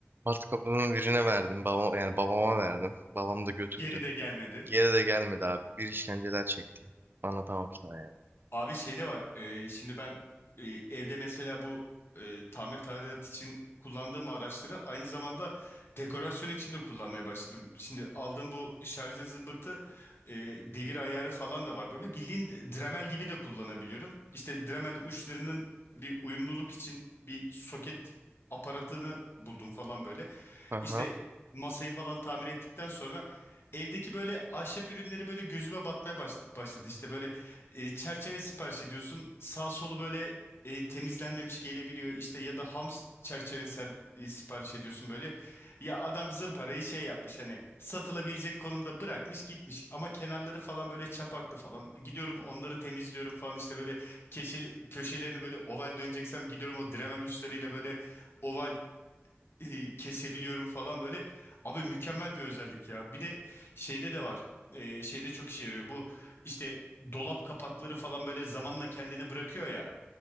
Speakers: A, on the right; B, on the left.
A: Matkapımı birine verdim. Babam, yani babama verdim. Babam da götürdü.
B: geri de gelmedi.
A: Geri de gelmedi abi. Bir işkenceler çektim. Anlatamam sana yani.
B: Abi şey de var. e, şimdi ben e, evde mesela bu e, tamir tadilat için kullandığım araçları aynı zamanda dekorasyon için de kullanmaya başladım. Şimdi aldığım bu şarjlı zımbırtı e, devir ayarı falan da var. Böyle bildiğin Dremel gibi de kullanabiliyorum. İşte Dremel uçlarının bir uyumluluk için bir soket aparatını buldum falan böyle.
A: Aha.
B: İşte masayı falan tamir ettikten sonra evdeki böyle ahşap ürünleri böyle gözüme batmaya baş- başladı. İşte böyle e, çerçeve sipariş ediyorsun. Sağ solu böyle e, temizlenmemiş gelebiliyor. İşte ya da ham s- çerçeve ser- e, sipariş ediyorsun böyle. Ya adam zımparayı şey yapmış hani satılabilecek konumda bırakmış gitmiş. Ama kenarları falan böyle çapaklı falan. Gidiyorum onları temizliyorum falan işte böyle keşeli, köşelerini böyle oval döneceksem gidiyorum o Dremel uçlarıyla böyle oval e, kesebiliyorum falan böyle. Abi mükemmel bir özellik ya. Bir de şeyde de var. E, şeyde çok işe yarıyor. Bu işte dolap kapakları falan böyle zamanla kendini bırakıyor ya.